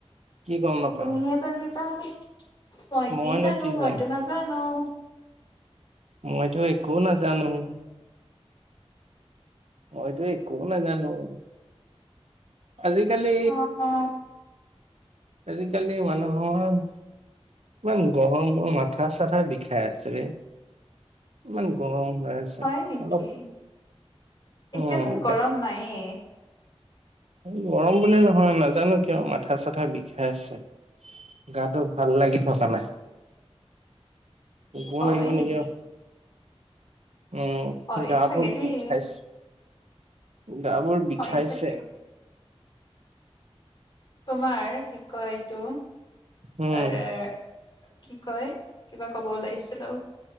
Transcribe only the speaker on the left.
তুমিহে জানিবা। মই
কি জানোঁ? মইতো
নাজানোঁ।
অ অ
হয়, নিকি?
এতিয়াচোন
গৰম নায়ে।
হয়
নেকি
হয়
চাগে
দেই
হয় চাগে তোমাৰ কি কয় এইটো
আ ৰে কি কয় কিবা কব ওলাছিলো